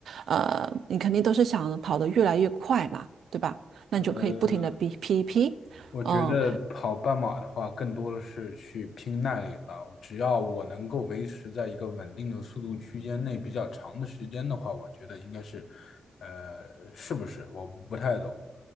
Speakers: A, on the right; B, on the left.
A: 呃，你肯定都是想跑得越来越快嘛，对吧？那你就可以不停的比
B: 呃，
A: P P，
B: 我觉得跑半马的话，
A: 嗯，
B: 更多的是去拼耐力吧。只要我能够维持在一个稳定的速度区间内比较长的时间的话，我觉得应该是，呃，是不是？我不太懂。